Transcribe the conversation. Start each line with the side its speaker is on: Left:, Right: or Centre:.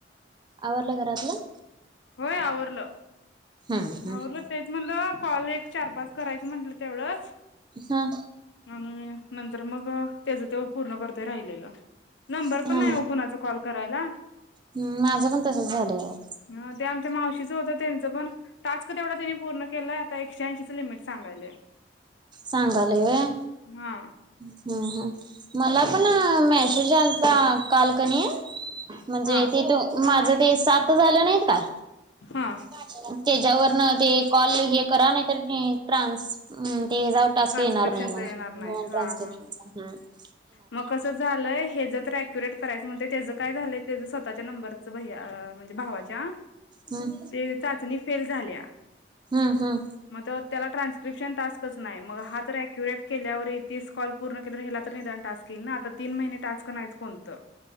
Right: आवरल घरातल.
Left: होय आववरल.
Right: हम्म हम्म
Left: आव तेच म्हटल. कॉल एक चार पाच करायच म्हटल तेवढच.
Right: हा
Left: आणि नंतर मग त्याच त पूर्ण करतोय राहिलेल. नंबर
Right: हा
Left: पण नाही हो कुणाचा कॉल करायला.
Right: हम. माझ पण तसच झाल हे.
Left: ह ते आमच्या मावशीच होत त्यांच पण टास्क च तेवढा त्यांनी पूर्ण केलाय. ते एकशे ऐंशीच लिमिट सांगयले.
Right: सांगाले व्हय.
Left: हा.
Right: हम हा -हा. मला पण मेसेज आला ता. कालकनी आहे म्हणजे
Left: हा
Right: तेथ माझ ते सात झाल नाहीत का.
Left: हा
Right: <unintelligible> त्याच्यावरन, ते कॉल हे करा नाही तर ट्रान्स तेच्यावर टास्क
Left: ट्रान्स्क्रिप्शनच
Right: येणार नाही
Left: येणार
Right: म्हूणन
Left: नाही हा हा
Right: <unintelligible>
Left: मग कस झालय. हे ज क्युरेट करायच म्हणतेय त्याच काय झालय. त्याच स्वतःच्या नंबरच भ म्हणजे भावाच्या
Right: हम्म
Left: ते चाचणी फेल झाल्या.
Right: हम्म हम्म
Left: मग तो त्याला ट्रान्स्क्रपशन टास्कच नाही मग हा तर अक्युरेट केल्यावर तीस कॉल पूर्ण केल्यावर ह्याला निदान टास्क येईल ना, हा तीन महिने टास्क नाहीच कोणत.